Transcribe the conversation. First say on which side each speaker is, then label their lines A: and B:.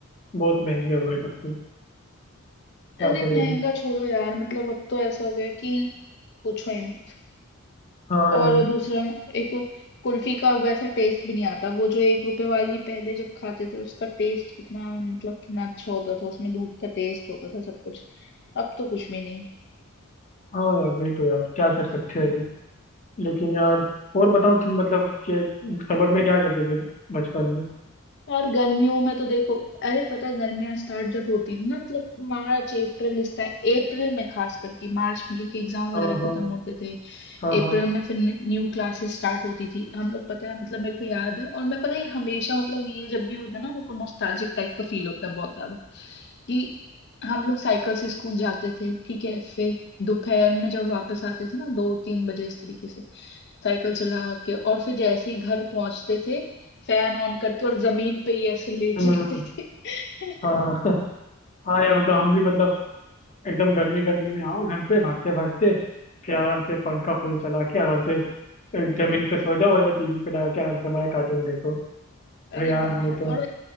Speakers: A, on the left (about 35°); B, on the left (about 55°).
A: बहुत महंगे हो गए सब कुछ क्या
B: अरे
A: करें
B: महंगा
A: अभी
B: छोड़ो यार मतलब अब तो ऐसा हो गया कि पूछो ही मत
A: हाँ
B: और
A: यार
B: दूसरा एक तो कुल्फी का वैसा टेस्ट भी नहीं आता वो जो एक रुपए वाली पहले जब खाते थे उसका टेस्ट कितना मतलब कितना अच्छा होता था उसमें दूध का टेस्ट होता था सब कुछ अब तो कुछ भी नहीं
A: हाँ यार वही तो यार क्या कर सकते हैं अभी लेकिन यार और बताओ तुम मतलब कि समर में क्या करते थे बचपन में
B: और गर्मियों में तो देखो अरे पता है गर्मियां स्टार्ट जब होती है ना मतलब मार्च अप्रैल इस टाइम अप्रैल में खास करके मार्च में क्योंकि एग्जाम
A: हाँ
B: वगैरह
A: हाँ
B: खत्म होते थे
A: हाँ
B: अप्रैल
A: हाँ
B: में फिर न्यू क्लासेस स्टार्ट होती थी हम लोग पता है मतलब मेरे को याद है और मैं पता है हमेशा मतलब ये जब भी होता है ना मेरे को नॉस्टैल्जिक टाइप का फील होता है बहुत ज्यादा कि हम लोग साइकिल से स्कूल जाते थे ठीक है फिर दोपहर में जब वापस आते थे ना दो तीन बजे इस तरीके से साइकिल चला के और फिर जैसे ही घर पहुंचते थे फैन ऑन करके और जमीन पे ही ऐसे लेट
A: हम्म,
B: जाते थे <laughs>
A: हाँ <laughs> हाँ यार मतलब हम भी मतलब एकदम गर्मी गर्मी में आओ घर पे भागते भागते फिर आराम से पंखा फुल चला के आराम से जमीन पे सो जाओ और टीवी पे लगा के आराम से हमारे कार्टून देखो तो
B: अरे
A: यार
B: हाँ
A: वो
B: यार
A: तो
B: और